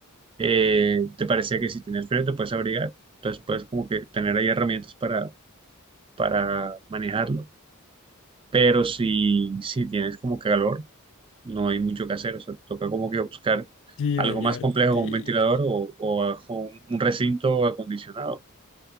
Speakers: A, on the right (about 25°); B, on the left (about 60°).
A: eh, te parecía que si tienes frío te puedes abrigar, entonces puedes como que tener ahí herramientas para, para manejarlo, pero si, si tienes como que calor, no hay mucho que hacer, o sea, te toca como que buscar
B: Sí,
A: algo
B: bañarte.
A: más complejo como
B: y-
A: un ventilador o, o a- o un un recinto acondicionado.